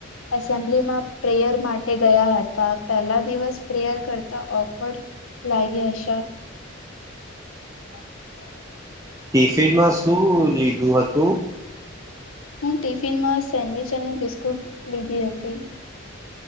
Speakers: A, on the left; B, on the right.
A: એસેમ્બલીમાં પ્રેયર માટે ગયા હતા પેલા દિવસ પ્રેયર કરતા ઓકવર્ડ લાગી હશે. <inaudible>
B: ટીફિમાં શું લીધું હતું.
A: હું ટિફિનમાં સેન્ડવિચ અને બિસ્કુટ લીધી હતી